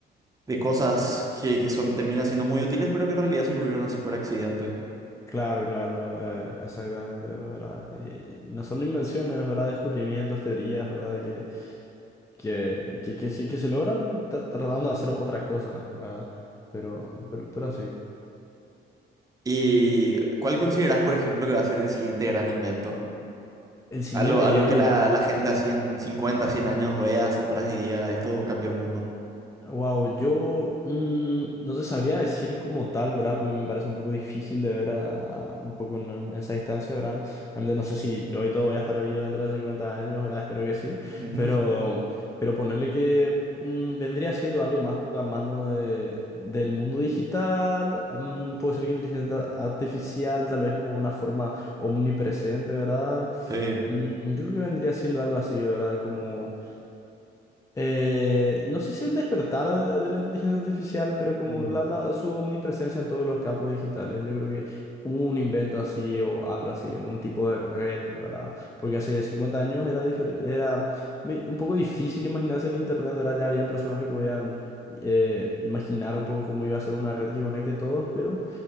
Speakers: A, on the right; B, on the left.
A: de cosas que, que son, terminan siendo muy útiles, pero que en realidad se descubrieron así por accidente.
B: claro, claro. eh, exactamente, ¿verdad? Y no solo invenciones, ¿verdad? Descubrimientos, teorías, ¿verdad? Que, que, que, que, sí- que se logran tra- tratando de hacer otra cosa, ¿verdad? Pero, pero, pero así.
A: ¿Y cuál consideras, por ejemplo, que va a ser el siguiente gran invento?
B: El siguiente
A: Algo, algo
B: gran
A: que la,
B: invento
A: la gente así en 50, 100 años vea hacia atrás y diga, esto cambió el mundo.
B: Wow, yo mm, no te sabría decir como tal, ¿verdad? Porque me parece un poco difícil de ver a, a- un poco en, en esa distancia, ¿verdad? Realmente no sé si yo y todo voy a estar vivo dentro de 50 años, ¿verdad? Espero que sí.
A: Ujú.
B: Pero, pero ponerle que mm, vendría siendo algo más por la mano de- del mundo digital, mm, puede ser que inteligencia artificial, tal vez como una forma omnipresente, ¿verdad?
A: Sí.
B: Mm, yo creo que vendría siendo algo así, ¿verdad? Como... Eh, no sé si el despertar de, de la inteligencia artificial, pero como
A: Mm.
B: la, la- su omnipresencia en todos los campos digitales, yo creo que un invento así o algo así, un tipo de red, ¿verdad? Porque hace 50 años era, difer- era me- un poco difícil imaginarse el Internet, ¿verdad? Ya habían personas que podían eh, imaginar un poco cómo iba a ser una red que conecte todos, pero,